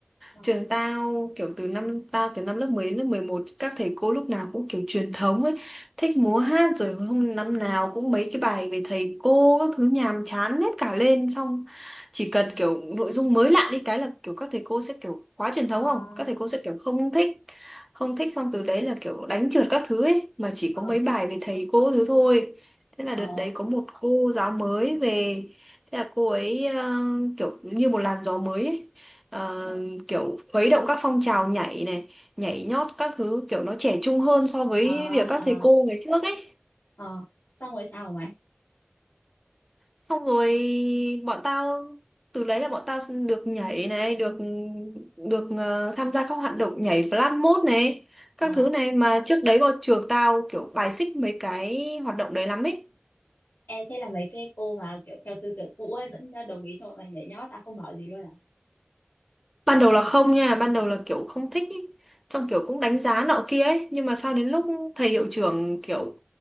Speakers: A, on the left; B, in the centre.
A: ờ
B: trường tao kiểu từ năm tao từ năm lớp 10 đến lớp mười một các thầy cô lúc nào cũng kiểu truyền thống ấy thích múa hát rồi hôm năm nào cũng mấy cái bài về thầy cô các thứ nhàm chán hết cả lên xong chỉ cần kiểu nội dung mới lạ đi cái là kiểu các thầy cô sẽ kiểu quá truyền
A: ờ
B: thống không các thầy cô sẽ kiểu không thích không thích xong từ đấy là kiểu đánh trượt các thứ ấy mà chỉ
A: ờ
B: có mấy bài về thầy cô thứ thôi thế là
A: ờ
B: đợt đấy có một cô giáo mới về thế là cô ấy ờ, kiểu như một làn gió mới ấy Ờ,
A: ờ
B: kiểu khuấy động các phong trào nhảy này nhảy nhót các thứ kiểu nó trẻ trung hơn so với
A: ờ
B: việc các
A: ờ,
B: thầy cô ngày trước ấy
A: ờ. xong rồi sao mày
B: xong rồi bọn tao từ đấy là bọn tao được nhảy này được được ờ, tham gia các hoạt động nhảy flash mob này các
A: ờ
B: thứ này mà trước đấy vào trường tao kiểu bài xích mấy cái hoạt động đấy lắm ấy
A: e thế là mấy cái cô mà kiểu theo tư tưởng cũ ấy vẫn đồng ý cho bọn mày nhảy nhót tao không bảo gì luôn à
B: ban đầu là không nha ban đầu là kiểu không thích ý. Xong kiểu cũng đánh giá nọ kia ấy nhưng mà sau đến lúc thầy hiệu trưởng kiểu